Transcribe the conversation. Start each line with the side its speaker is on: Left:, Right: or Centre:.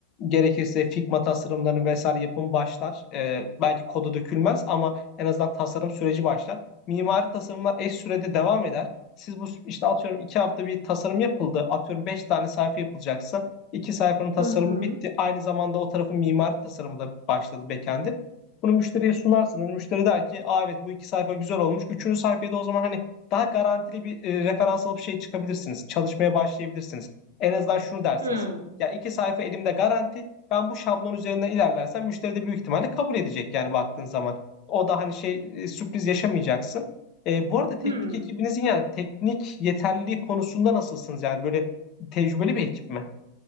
Left: gerekirse Figma tasarımlarının vesaire yapımı başlar. Ee, belki kodu dökülmez ama en azından tasarım süreci başlar. Mimari tasarımlar eş sürede devam eder. Siz bu işte atıyorum iki hafta bir tasarım yapıldı. Atıyorum beş tane sayfa yapılacaksa iki sayfanın tasarımı
Right: Hı hı.
Left: bitti. Aynı zamanda o tarafın mimari tasarımı da başladı backend'in. Bunu müşteriye sunarsınız. Müşteri der ki Aa, evet bu iki sayfa güzel olmuş. Üçüncü sayfaya da o zaman hani daha garantili bir e, referans alıp şey çıkabilirsiniz. Çalışmaya başlayabilirsiniz. En azından şunu dersiniz.
Right: Hı.
Left: Ya iki sayfa elimde garanti. Ben bu şablon üzerinden ilerlersem müşteri de büyük ihtimalle kabul edecek yani baktığın zaman. O da hani şey e, sürpriz yaşamayacaksın. E, bu arada teknik
Right: Hı.
Left: ekibinizin yani teknik yeterliliği konusunda nasılsınız? Yani böyle tecrübeli bir ekip mi?